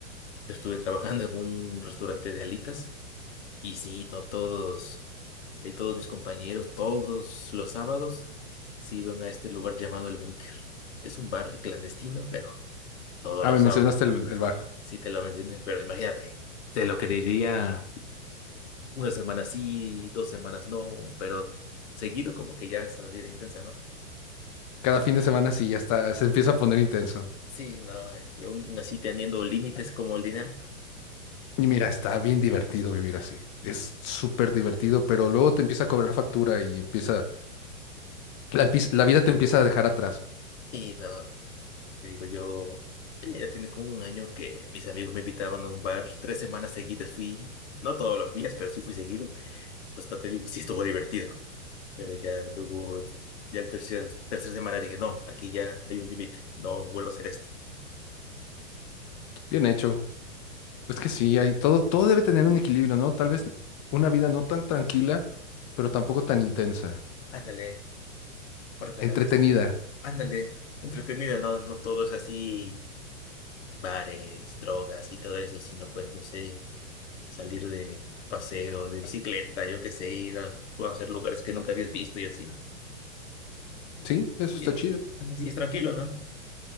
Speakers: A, on the left; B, on the left.
A: estuve trabajando en un restaurante de alitas y sí, no todos, y todos mis compañeros, todos los sábados se iban a este lugar llamado El Búnker. Es un bar clandestino, pero todos
B: Ah,
A: los
B: me
A: sábados,
B: mencionaste el, el bar.
A: sí te lo mencioné, pero imagínate, se lo quería una semana sí, dos semanas no, pero seguido como que ya esa vida intensa, ¿no?
B: Cada fin de semana sí, ya está, se empieza a poner intenso.
A: Sí, no, y aún así teniendo límites como el dinero.
B: Y mira, está bien divertido vivir así. Es súper divertido, pero luego te empieza a cobrar factura y empieza, la, empieza- la vida te empieza a dejar atrás.
A: Y no, te digo yo, eh, ya tiene como un año que mis amigos me invitaban a un bar, tres semanas seguidas fui, no todos los días, pero sí fui seguido. Pues no te digo, sí estuvo divertido, pero ya hubo, ya el tercer, tercera semana dije, no, aquí ya hay un límite, no vuelvo a hacer esto.
B: Bien hecho. Es que sí, hay, todo, todo debe tener un equilibrio, ¿no? Tal vez una vida no tan tranquila, pero tampoco tan intensa,
A: Ándale, porque
B: entretenida,
A: a la vez, ándale, entretenido, no, no todo es así, bares, drogas y todo eso, sino pues, no sé salir de paseo, de bicicleta, yo qué sé, ir a conocer lugares que nunca habías visto y así, ¿no?
B: ¿sí? Eso
A: Y,
B: está chido.
A: así es tranquilo, ¿no?